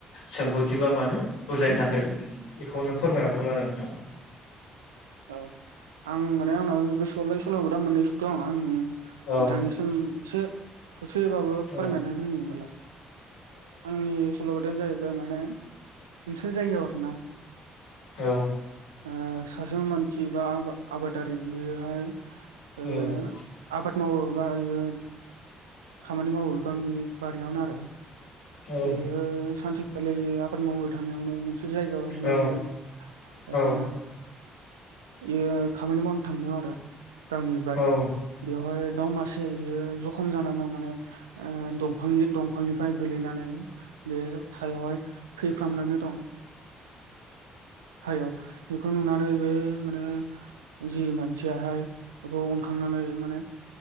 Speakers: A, on the left (about 70°); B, on the right (about 75°).
A: सोंगौथि बा मानोे बुजायनो थाखाय बेखौनो फोरमायहरदोंमोन आरो नोंथां।
B: औ आं माने आंनाव गोसोआवलाय सल'बाथा मोननैसो दं आं
A: औ
B: बिथांनि ओम एसे ससेबाबो
A: औ
B: फोरमायनानै होनि होमबालाय आंनि सल बाथायानो जाहैबाय माने मानसे जायगायाव आरो ना
A: औ
B: ओ सासे मानसि बा आबादारि बेयोहाय
A: औ
B: ओ आबाद मावो बा इयो खामानि मावो गावनि बारियावनो आरो
A: औ
B: बेयो सानसे खालि आबाद मावबाय थानायावनो मोनसे जायगायावहाययो
A: औ औ
B: ओ बेयो खामानि मावनो थांनायाव आरो। गावनि बारियाव
A: औ
B: बेवहाय दाउ मासेयो जखम जानानानै दं। माने ओ दंफांनि दंफांनिफ्राय गोलैनानै बे सायावहाय थैफ्रामनानै दं। हायाव बेखौ नुनानै बे माने जि मानसियाहाय बेखौ अनखांनानै माने